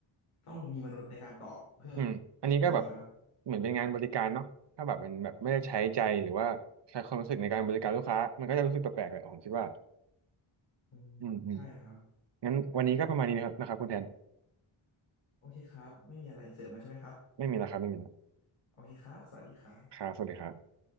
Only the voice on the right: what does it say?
อืมอันนี้ก็แบบ
เหมือนเป็นงานบริการเนาะถ้าแบบมันแบบไม่ได้ใช้ใจหรือว่าใช้ความรู้สึกในการบริการลูกค้า มันก็จะรู้สึกแปลกๆเลยผมคิดว่า
อืมอืมงั้นวันนี้ก็ประมาณนี้นะครับนะครับคุณแทน
ไม่มีแล้วครับไม่มีแล้ว
ครับสวัสดีครับ